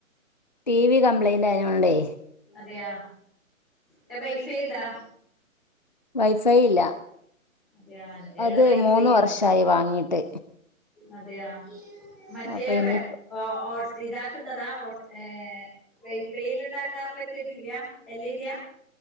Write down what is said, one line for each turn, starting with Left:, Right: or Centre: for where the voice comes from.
Left: ടി വി കംപ്ലയിൻറ് ആയോണ്ടേ
Centre: അതെയാ ടെ വൈഫൈ ഇണ്ടാ
Left: വൈ. ഫൈ ഇല്ല
Centre: അതെന്റെടെ
Left: അത്
Centre: പൈസയ്യാന്ന്
Left: മൂന്ന് വർഷായി വാങ്ങീട്ട്
Centre: അതെ അ മറ്റേവെ
Left: അപ്പൊ ഇനി
Centre: ഓ ഓഓഡ്സ്ഇതാക്കുന്നതാ ഓ ഏ വൈഫൈൽ ഉണ്ടാക്കാൻ പറ്റിയ ടിവിയ എൽ ഇഡിയ